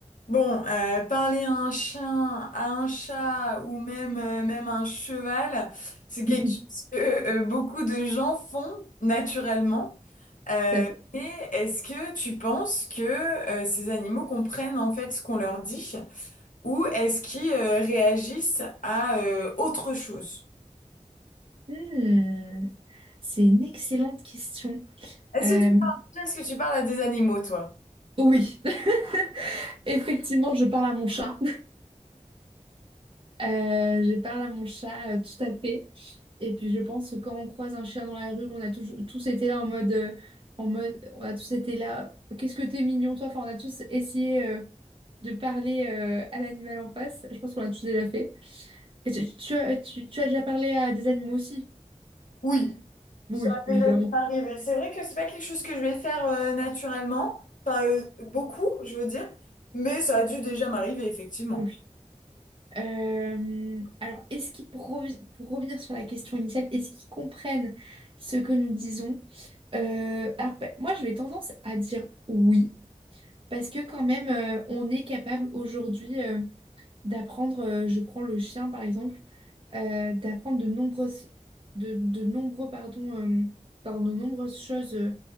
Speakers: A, on the left; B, on the right.
A: Bon, euh, parler à un chien, à un chat ou même, euh, même un cheval, c'est quelque
B: Tout
A: chose que euh, beaucoup de gens font naturellement. Euh,
B: à fait.
A: et est-ce que tu penses que euh, ces animaux comprennent en fait ce qu'on leur dit ou est-ce qu'ils euh, réagissent à euh, autre chose?
B: Hmm, c'est une excellente question.
A: Est-ce
B: Euh,
A: que tu parles, est-ce que tu parles à des animaux, toi?
B: oh oui, <laughs> effectivement, je parle à mon chat. Euh, je parle à mon chat, euh, tout à fait. Et puis, je pense que quand on croise un chien dans la rue, on a toujours, tous été là en mode, euh, en mode, on a tous été là. Qu'est-ce que t'es mignon, toi? Enfin, on a tous essayé euh, de parler euh, à l'animal en face. Je pense qu'on l'a tous déjà fait. Et tu, tu as, tu, tu as déjà parlé à des animaux aussi?
A: Oui.
B: Oui,
A: Ça
B: évidemment.
A: a déjà dû m'arriver. C'est vrai que c'est pas quelque chose que je vais faire euh, naturellement, enfin euh, beaucoup, je veux dire, mais ça a dû déjà m'arriver, effectivement.
B: Hmm. Euh, alors, est-ce qu'ils, pour, revi- pour revenir sur la question initiale, est-ce qu'ils comprennent ce que nous disons? Euh, alors, ben, moi, je vais tendance à dire oui, parce que quand même, euh, on est capable aujourd'hui euh, d'apprendre, euh, je prends le chien par exemple, euh, d'apprendre de nombreuses, de, de nombreux, pardon, euh, pardon, de nombreuses choses euh,